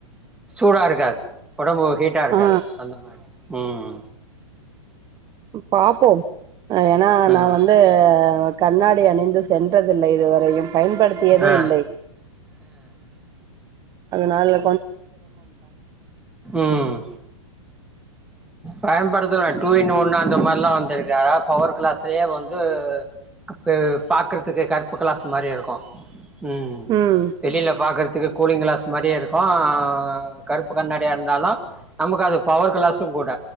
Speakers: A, in the centre; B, on the right.
A: சூடா இருக் காது ஒடம்பு ஹீட்டா இருக்காது
B: ஆ
A: அந்த மாரி உம்
B: பாப்போ ஏன்னா
A: ம்
B: நா வந்து கண்ணாடி அணிந்து சென்றதில்ல இதுவரையு பயன்படுத்தியதே
A: ஆ
B: இல்லை னால
A: உம் பயன்படுத்தலா டூ இன் ஒன்னு அந்த மாரில்லா வந்திருக்கு அதா பவர் கிளாஸ்லியே வந்து அப் - பாக்குறதுக்கு கருப்பு க்ளாஸ் மாரியே இருக்கு உம்
B: ம்
A: வெளியில பாக்குறதுக் த்துக்கு கூலிங் கிளாஸ் மாரியே இருக்கும் ஆஹ் கருப் ப்பு கண்ணாடியா இருந்தாலும் நமக்கு அது பவர் கிளாஸ் சும்கூட